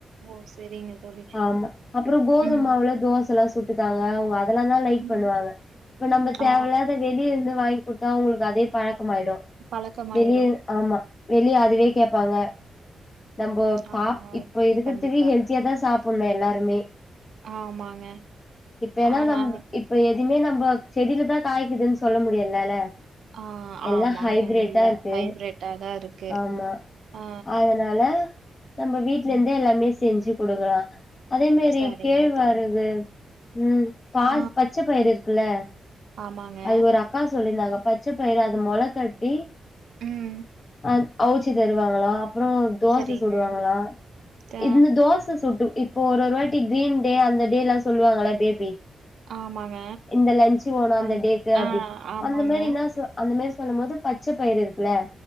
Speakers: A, on the right (about 75°); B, on the left (about 30°).
A: ஓ சரிங்க தோழி
B: ஆமா அப்றோ கோதும்மாவுல
A: ம்
B: தோசல்லா சுட்டு தாங்க அவுங்க அதெல்லா தா லைக் பண்ணுவாங்க
A: ம்
B: இப்ப நம்ம தேவல்லாத
A: ஆ
B: வெளிய இருந்து வாங்கி குடுத்தா அவுங்களுக்கு அதே பழக்கமயிடு
A: பழக்கமாயிரு
B: வெளிய ஆமா வெளியே அதுவே கேப்பாங்க நம்போ பா
A: ஆ
B: இப்ப இருக்கறதுக்கு
A: கண்டிப்பா
B: ஹெல்த்தியா தா சாப்புட்ணு எல்லாருமே
A: ஆமாங்க
B: இப்ப ஏன்னா
A: ஆனா
B: நம் இப்ப எதிமே நம்போ செடிலதா காய்க்கிதுன்னு சொல்ல முடிலல்ல
A: ஆ
B: எல்லா
A: ஆமாங்க.
B: ஹைபிரிட்டா
A: இல்ல.
B: இருக்கு
A: ஹைபிரிட்டா தான் இருக்கு.
B: ஆமா
A: ஆ,
B: அதனால நம்ம வீட்ல
A: ம்.
B: இருந்தே எல்லாமே செஞ்சி குடுக்கலா அதே மாரி
A: சரிங்க
B: கேழ்வாரகு
A: தோழி.
B: ம் பா
A: ஆ,
B: பச்ச பயிறு இருக்குல்ல
A: ஆமாங்க.
B: அது ஒரு அக்கா சொல்லிருந்தாங்க பச்ச பயிற அத மொள கட்டி
A: ம்
B: அ அவுச்சி தருவாங்ளா அப்றோ தோச
A: சரிங்க.
B: சுடுவாங்களா
A: ஆ,
B: இந்த தோச சுட்டு இப் இப்போ ஒரு ஒரு வாட்டி கிரீன் டே அந்த டேல்லா சொல்லுவாங்ளா பேபி
A: ஆமாங்க
B: இந்த லன்சு வோனு அந்த
A: ஆ,
B: டேக்கு அப்டி
A: ஆ, ஆமாங்க.
B: அந்த மேரினா சொ அந்த மேரி சொல்லும் போது பச்ச பயிறு இருக்குல்ல